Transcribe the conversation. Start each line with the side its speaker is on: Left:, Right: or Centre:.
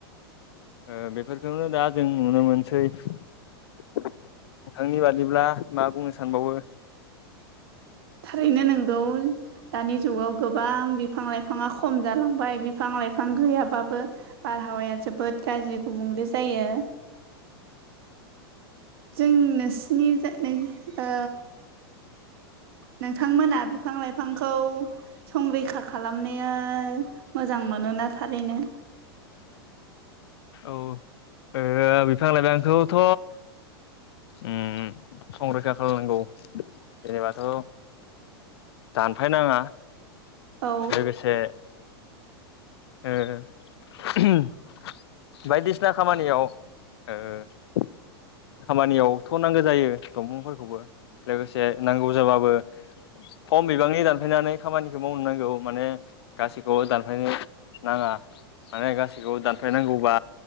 Left: ओ बेफोरखौनो दा जों नुनो मोनसै। नोंथांनि बादिब्ला मा बुंनो सानबावो?
Right: थारैनो नोंगौ दानि जुगाव गोबां बिफां लाइफाङा खम जालांबाय। बिफां लाइफां गैयाबाबो बारहावाया जोबोद गाज्रि गुबुंले जायो। जों नोंसिनि जो ओ नोंथांमोना बिफां लाइफांखौ संरैखा खालामनाया मोजां मोनोना थारैनो?
Left: औ ओ बिफां लाइफाखौथ' उम संरैखा खालामनांगौ जेनेबाथ' दानफायनाङा
Right: औ
Left: लोगोसे ओ <unintelligible> बायदिसिना खामानियाव ओ खामानियावथ' नांगो जायो दंफांफोरखौबो लोगोसे नांगौ जाबाबो खम बिबांनि दानफायनानै खामानिखौ मावनो नांगौ माने गाैखौबो दानफायनो नाङा माने गासैखौबो दानफ्लायनांगौबा